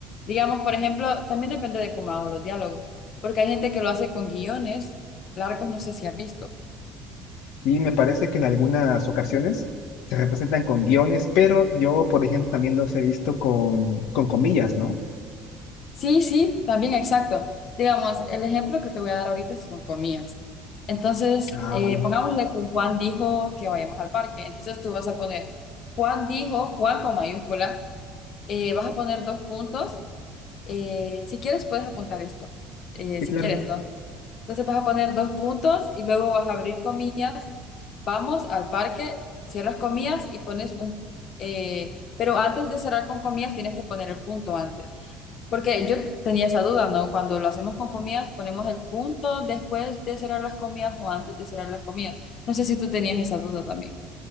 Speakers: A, on the left (about 40°); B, on the left (about 70°).
A: Digamos, por ejemplo, también depende de cómo hago los diálogos, porque hay gente que lo hace con guiones largos, no sé si has visto.
B: Y me parece que en algunas ocasiones se representan con guiones, pero yo, por ejemplo, también los he visto con, con comillas, ¿no?
A: Sí, sí, también exacto. Digamos, el ejemplo que te voy a dar ahorita es con comillas. Entonces,
B: Ah,
A: eh,
B: vale.
A: pongámosle que Juan dijo que vayamos al parque. Entonces tú vas a poner, Juan dijo, Juan con mayúscula, eh, vas a poner dos puntos Eh, si quieres, puedes apuntar esto. Eh,
B: Sí,
A: si
B: claro.
A: quieres, ¿no? Entonces vas a poner dos puntos y luego vas a abrir comillas. Vamos al parque, cierras comillas y pones un... eh, pero antes de cerrar con comillas tienes que poner el punto antes. Porque yo tenía esa duda, ¿no? Cuando lo hacemos con comillas, ponemos el punto después de cerrar las comillas o antes de cerrar las comillas. No sé si tú tenías esa duda también.